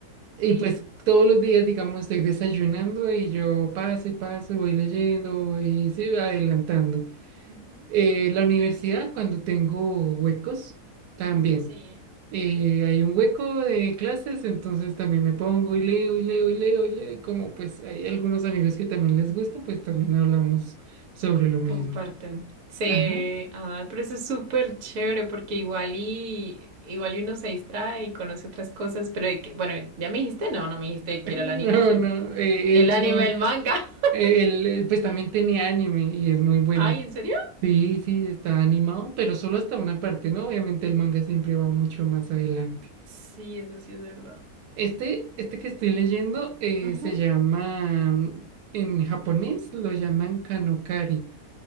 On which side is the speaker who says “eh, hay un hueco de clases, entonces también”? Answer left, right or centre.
Right